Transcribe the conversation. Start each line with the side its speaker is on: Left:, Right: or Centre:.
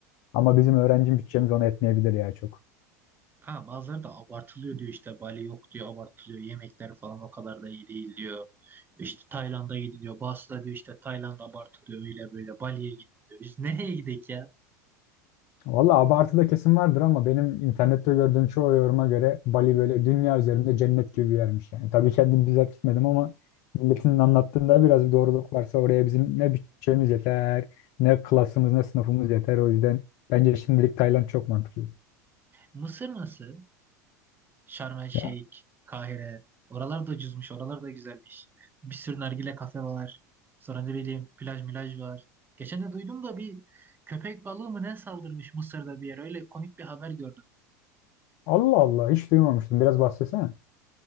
Left: Ama bizim öğrenci bütçemiz ona etmeyebilir ya çok.
Right: Kanka bazıları da abartılıyor diyor işte Bali yok diyor abartılıyor yemekler falan o kadar da iyi değil diyor. İşte Tayland'a gidin diyor. Bazısı da diyor işte Tayland abartılıyor öyle böyle Bali'ye gidin diyor. Biz <laughs> nereye gidek ya?
Left: Valla abartıda kesin vardır ama benim internette gördüğüm çoğu yoruma göre Bali böyle dünya üzerinde cennet gibi bir yermiş yani. Tabii kendim bizzat gitmedim ama milletin anlattığında biraz bir doğruluk varsa oraya bizim ne bütçemiz yeter, ne klasımız, ne sınıfımız yeter. O yüzden bence şimdilik Tayland çok mantıklı.
Right: Mısır nasıl? Şarm El Şeyh,
Left: Ya,
Right: Kahire. Oralar da ucuzmuş, oralar da güzelmiş. Bir sürü nargile kafe var. Sonra ne bileyim plaj milaj var. Geçen de duydum da bir köpek balığı mı ne saldırmış Mısır'da bir yere. Öyle komik bir haber gördüm.
Left: Allah Allah hiç duymamıştım. Biraz bahsetsene.